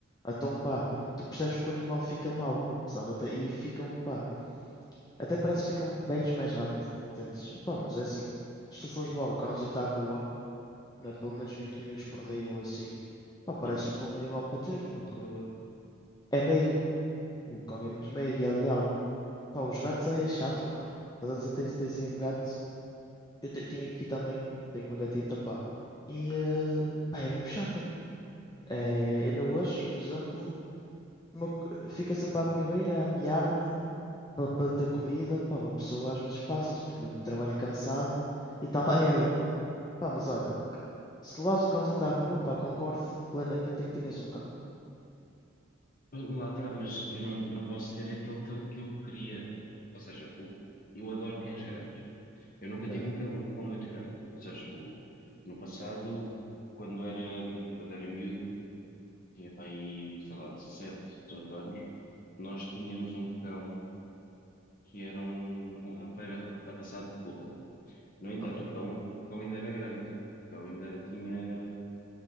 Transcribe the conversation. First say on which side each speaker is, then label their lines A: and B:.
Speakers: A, on the left (about 20°); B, on the left (about 45°).
A: Então, pá, tu percebes que o animal fica mal, sabes? Até, e ficam, pá, até parece que ficam velhos mais rápido. Entendes? Pá, mas é assim, se tu fores levar o cãozinho à rua, né, pelo menos 20 minutos por dia ou assim, pá, parece-me
B: Uhum.
A: um bom animal para ter, porque é meigo. O cão é muito meigo e é leal. Pá, os gatos é chato, pá. Estás a dizer, tens, tens aí um gato, eu te- tenho aqui também, tenho uma gatita, pá. E, eh, pá, é mesmo chata. É, ainda hoje, por exemplo, uma co- fica sempre à minha beira a miar-me para para ter comida. Pá, uma pessoa às vezes passa-se porque vem de trabalho cansado e está lá ela. Pá, mas olha, se levas o cãozito à rua, pá, concordo plenamente em que tenhas um cão.
B: Lá está, mas eu não, não posso ter aquele cão que eu queria. Ou seja, o- eu adoro cães grandes. Eu nunca
A: Ok.
B: tive um cão, um cão muito grande. Ou seja, o- no passado, quando era, quando era miúdo, tinha para aí, sei lá, 17, 18 anos, nós tínhamos um cão que era um, um rafeiro arra- arraçado de poodle. No entanto,
A: Ok.
B: o cão, o cão ainda era grande. O cão ainda tinha.